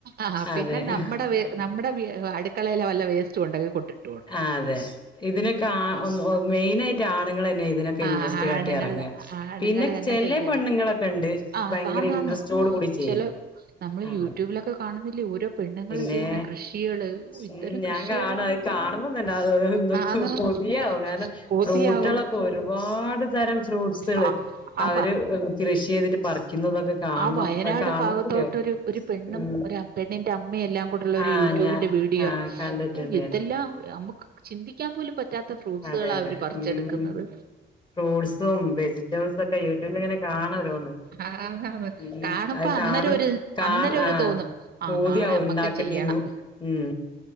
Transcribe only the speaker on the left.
അതെ
ആഹ്
ആഹ് അതെ ഇതിനൊക്കെ ആഹ് മെയിനായിട്ട് ആണുങ്ങൾ തന്നെ ഇതിനൊ
ഇൻട്രസ്റ്റ്
കാട്ടിറങ്ങു
പിന്നെ
ചെല
പെണ്ണ്ങ്ങളൊക്കെണ്ട്
ഭയങ്കര
ഇൻട്രസ്റ്റോട് കൂടി ചെയ്യുന്ന
ആ
പിന്നെ
ഉം ഞാൻ
കാണും അത് കാണുമ്പോ തന്നെ അത് എന്തൊക്കൊ
കൊതിയാവും കാരണം
റോഡുളക്കേ <unintelligible> രുപാട് തരം ഫ്രൂട്ട്സുകള്
അവര് കൃഷി ചെയ്തിട്ട് പറിക്കുന്നതൊക്കെ കാണണം
അത് കാണുമ്പോ
കൊതിയാവും
ഉം
ആ
ഞാൻ
ആ കണ്ടിട്ടുണ്ട് ഞാൻ
അതെ അതെ
ഉം ഫ്രൂട്ട്സും വെജിറ്റബിൾസൊക്കെ യൂട്യൂബിലങ്ങനെ കാണരോന്ന്
ഉം
അത്
കാണും
കാ
ആഹ്
പൂതിയാവുണ്ടാക്കേണ്ടിന്നു
ഉം